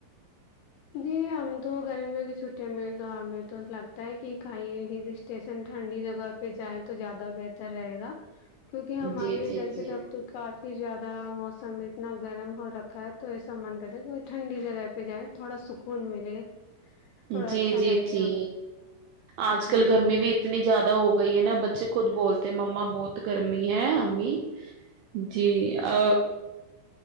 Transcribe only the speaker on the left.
جی ہم تو گرمیوں کی چھٹییاں م تو ہمیں تو لگتا ہے کہ کہیں ہل اسٹیشن ٹھنڈی جگہ پہ جائیں تو زیادہ بہتر رہے گا کیونکہ ہمارے
ادھر
کی طرف تو کافی پھر زیادہ موسم اتنا گرم ہو رکھا ہے تو ایسا من کرتا کہ کوئی ٹھنڈی جگہ پہ جائے تھوڑا سکون ملے تھوڑا
اچھا
لگے
ہمیں
جی